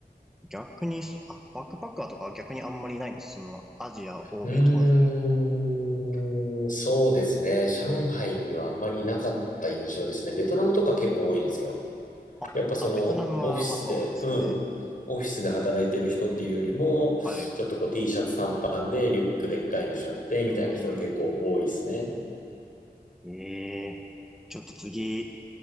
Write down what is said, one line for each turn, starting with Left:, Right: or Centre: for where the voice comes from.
Centre: 逆にそ、あ、バックパッカーとかは逆にあんまりいないんです。その、アジア、欧米問わず。
Left: うーん、そうですね。上海にはあんまりなかった印象ですね。ベトナムとか結構多いんですけど。
Centre: あ、
Left: やっぱその、
Centre: あ、ベトナムは、
Left: オフィスで、
Centre: まあそうですよね。
Left: うん、オフィスで働いてる人っていうよりも、
Centre: はい。
Left: ちょっとこう T シャツ短パンでリュックでっかいの背負ってみたいな人が結構多いですね。
Centre: うーん。ええちょっと次、